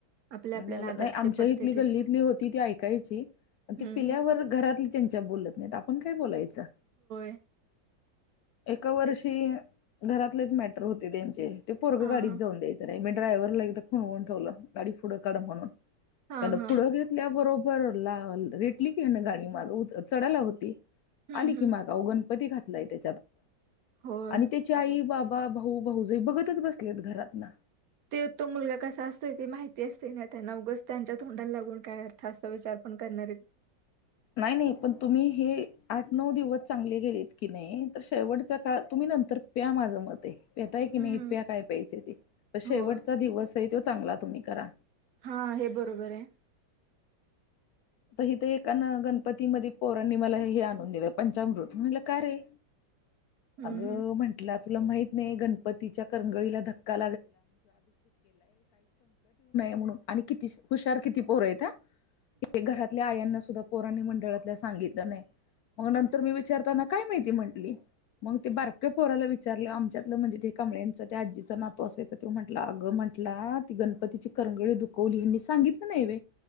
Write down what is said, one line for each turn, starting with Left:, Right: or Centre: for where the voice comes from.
Right: आपल्या
Left: नाही
Right: आपल्या नादात
Left: आमच्या
Right: जे पडते
Left: इथली
Right: तेच
Left: गल्लीतली होती ती ऐकायची म
Right: हम्म
Left: ती पिल्यावर घरातली त्यांच्या बोलत नाहीत आपण काय बोलायचं.
Right: <unintelligible>
Left: एका वर्षी घरातलीच मॅटर होते त्यांचे पोरग
Right: हा
Left: गाडीत जाऊन द्यायचं नाहि ड्रायव्हरला एकदा सांगून ठेवलं गाडी पुढे काढ म्हणून
Right: हा
Left: त्याने
Right: हा
Left: पुढे घेतल्याबरोबर बर ला रेटली की ना गाडी माग चढायला होती
Right: हम्म
Left: आली की
Right: हम्म
Left: मा गाऊगन. म ते घातलाय की
Right: होय
Left: आणि त्याच्या आई बाप भाऊ भाऊ जय बघतच बसलेत घरातन.
Right: ते तो मुलगा कसा असतोय ती माहिती असते ना त्या अ उगच त्यांच्या तोंडाला लागून काय अर्थ असा विचार पण करणारेत.
Left: नाही नाही पण तुम्ही हे आठ नऊ दिवस चांगले गेलेत की नाही तर शेवटच्या काळ तुम्ही नंतर प्या माझं मत आहे प्याताय की
Right: हम्म
Left: नाही प्या काय पाहिजे ते
Right: हो
Left: शेवटचा दिवस आहे तो चांगला तुम्ही करा.
Right: हा हे बरोबर आहे
Left: आ हिथ एकानं गणपतीमध्ये पोरांनी मला हे आणून दिलं पंचामृत म्हणलं का रे
Right: हम्म
Left: अग
Right: हम्म
Left: म्हंटलं तुला माहित नाही गणपतीच्या करंगळीला धक्का म्हणून आणि किती हुशार किती पोर आहेत हा ते घरातल्या आयांना सुद्धा पोराणी मंडळातल्या सांगितलं नाही मग नंतर मी विचारताना काय माहिती म्हंटली मग ते बारक पोराला विचारलं आमच्यातलं म्हणजे ते कांबळेंचं त्या आजीचं ना तो असायच तेो म्हटलं अगं म्ह म्हंटला ती गणपतीची करंगळी दुखवली यांनी सांगितलं नाही होय